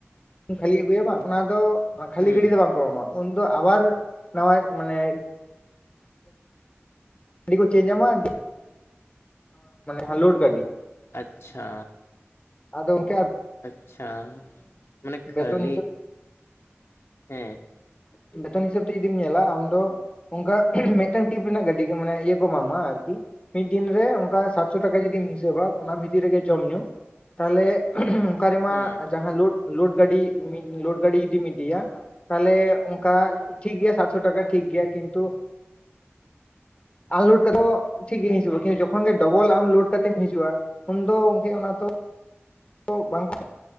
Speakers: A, on the left; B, on the left.
A: ᱠᱷᱟᱹᱞᱤ ᱟᱹᱜᱩᱭᱟ ᱵᱟᱝ ᱚᱱᱟ ᱫᱚ ᱠᱷᱟᱹᱞᱤ
B: ᱦᱩᱸ
A: ᱜᱟᱹᱰᱤ ᱫᱚ ᱵᱟᱝ ᱠᱚ ᱮᱢᱚᱜᱼᱟ ᱩᱱᱫᱚ ᱟᱵᱟᱨ ᱱᱟᱣᱟ ᱢᱟᱱᱮ ᱰᱤ ᱠᱚ ᱪᱮᱧᱡ ᱟᱢᱟ <inaudible> ᱞᱳᱰ ᱜᱟᱹᱰᱤ
B: ᱟᱪᱪᱷᱟ᱾
A: ᱟᱫᱚ ᱚᱝᱠᱮ ᱟ
B: ᱟᱪᱪᱷᱟ ᱢᱟᱱᱮ ᱠᱷᱟᱹᱞᱤ
A: ᱵᱮᱛᱚᱱ
B: ᱦᱮᱸ᱾
A: ᱚᱸ ᱵᱮᱛᱚᱱ ᱦᱤᱥᱟᱹᱵ ᱛᱮ ᱡᱩᱫᱤᱢ ᱧᱮᱞᱟ ᱟᱢ ᱫᱚ ᱚᱝᱠᱟ ᱢᱤᱫᱴᱟᱝ ᱴᱤᱯ ᱨᱮᱱᱟᱜ ᱜᱟᱹᱰᱤ ᱢᱟᱱᱮ ᱤᱭᱟᱹ ᱠᱚ ᱮᱢᱟᱢᱟ ᱟᱨᱠᱤ ᱢᱤᱫ ᱫᱤᱱ ᱨᱮ ᱚᱝᱠᱟ ᱥᱟᱛᱥᱚ ᱴᱟᱠᱟ ᱡᱩᱫᱤᱢ ᱦᱤᱥᱟᱹᱵᱟ ᱚᱱᱟ ᱵᱷᱤᱛᱤᱨ ᱨᱮᱜᱮ ᱡᱚᱢ ᱧᱩ᱾ ᱛᱟᱦᱞᱮ ᱚᱝᱠᱟ ᱨᱮᱢᱟ
B: ᱦᱮᱸ
A: ᱡᱟᱦᱟᱸ ᱞᱳ ᱞᱳᱰ ᱜᱟᱹᱰᱤ ᱞᱳᱰ ᱜᱟᱹᱰᱤ ᱤᱫᱤᱢ ᱤᱫᱤᱭᱟ ᱛᱟᱦᱞᱮ ᱚᱝᱠᱟ ᱴᱷᱤᱠ ᱜᱮᱭᱟ ᱥᱟᱛᱥᱚ ᱴᱟᱠᱟ ᱴᱷᱤᱠ ᱜᱮᱭᱟ ᱠᱤᱱᱛᱩ ᱟᱱ ᱞᱳᱰ <unintelligible> ᱴᱷᱤᱠ ᱜᱤᱧ ᱦᱤᱡᱩᱜᱼᱟ ᱠᱤᱱᱛᱩ ᱡᱚᱠᱷᱚᱱ ᱜᱮ ᱰᱚᱵᱚᱞ ᱟᱢ ᱞᱳᱰ ᱠᱟᱛᱮᱢ ᱦᱤᱡᱩᱜᱼᱟ ᱩᱱᱫᱚ ᱚᱝᱠᱮ ᱚᱱᱟ ᱛᱚ ᱛᱚ ᱵᱟᱝᱠᱚ